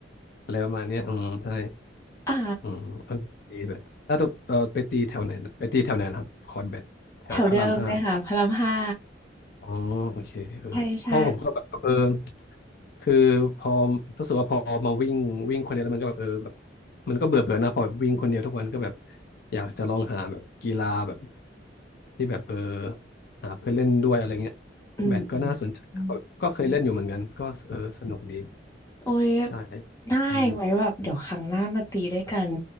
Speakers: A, on the left; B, on the left.
A: อะไรประมาณเนี้ยอืมใช่
B: <laughs> อ่า
A: อืมเออตีแบดถ้าจะเออไปตีแถวไหนไปตีแถวไหนนะครับคอนแบดแถวพระรามห้า
B: แถวเดิมเลยค่ะพระรามห้า
A: อ๋อโอเคเออเพราะผมก็แบบเออ
B: ใช่ใช่
A: คือพอรู้สึกว่าพอมาวิ่งวิ่งคนเดียวแล้วมันก็แบบเออแบบมันก็เบื่อเบื่อนะพอแบบวิ่งคนเดียวทุกวันก็แบบอยากจะลองหาแบบกีฬาแบบที่แบบเออหาเพื่อนเล่นด้วยอะไรเงี้ย
B: อืมอืมอืม
A: แบดก็น่าสนใจนะแบบก็เคยเล่นอยู่เหมือนกันก็เออสนุกดี
B: โอ้ย
A: ใช่
B: ได้ไว้แบบเดี๋ยวครั้งหน้ามาตีด้วยกัน
A: อืม